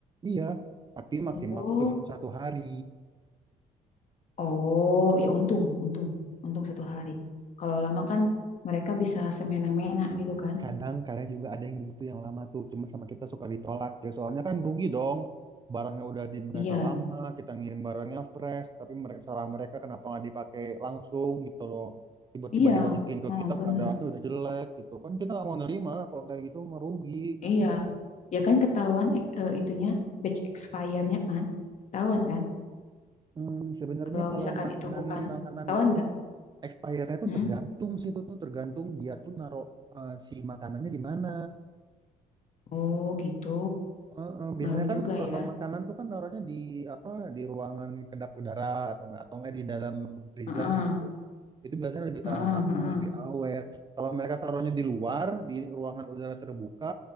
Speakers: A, on the right; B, on the left.
A: iya. Tapi maksimal
B: Oh,
A: tuh cuma satu hari.
B: Oh, ya untung, untung, untung satu hari. Kalau lama kan mereka bisa semena-mena gitu kan?
A: Kadang-kadang juga ada yang begitu yang lama tuh. Cuma sama kita suka ditolak. Ya, soalnya kan rugi dong. Barangnya udah di mereka
B: Iya,
A: lama, kita ngirim barangnya fresh. Tapi mereka, salah mereka kenapa nggak dipakai langsung gitu loh. Tiba-tiba
B: iya,
A: dibalikin ke
B: oh,
A: kita
B: bener,
A: keadaannya udah jelek gitu. Kan kita nggak mau nerima lah kalau kayak gitu merugi.
B: iya. Ya kan ketahuan ek- eh, itunya batch expire-nya kan, ketahuan kan?
A: Hmm, sebenarnya
B: Kalau
A: kalau
B: misalkan
A: makanan
B: itu bukan,
A: makanan
B: ketahuan
A: itu
B: nggak?
A: Expire-nya
B: Hmm?
A: tuh tergantung sih itu tuh tergantung dia tuh naruh eh, si makanannya di mana.
B: Oh gitu,
A: Heeh, biasanya
B: ngaruh
A: kan
B: juga
A: kalau
B: ya.
A: makanan tuh kan naruhnya di apa di ruangan kedap udara atau enggak atau enggak di dalam freezer
B: Heeh,
A: gitu. Itu biasanya lebih
B: heeh,
A: tahan lama,
B: heeh.
A: lebih awet. Kalau mereka taruhnya di luar, di ruangan udara terbuka,